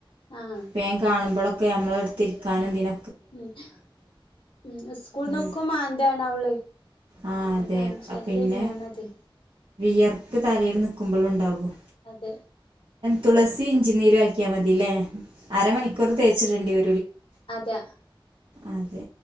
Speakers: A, on the left; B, on the right.
A: ആഹ്
B: പേൻ കാണുമ്പോളൊ ഒക്കെ നമ്മളെടുത്തിരിക്കാനും ഇതിന
A: ഉം, സ്കൂൾന്നൊക്കെ
B: ഉം
A: മാന്ത് വാണ് അവള്,
B: ആ അതെ
A: പേൻ ശല്യം അല്ലന്നെയണത്
B: പിന്നെ വിയർപ്പ് തലയിൽ നിൽക്കുമ്പോൾു ഉണ്ടാകും
A: അതെ
B: തുളസിയും, ഇഞ്ചി നീരും ആക്കിയാൽ മതി <unintelligible> അരമണിക്കൂർ തേച്ചിട്ടുണ്ടി വ
A: അതാ
B: അതെ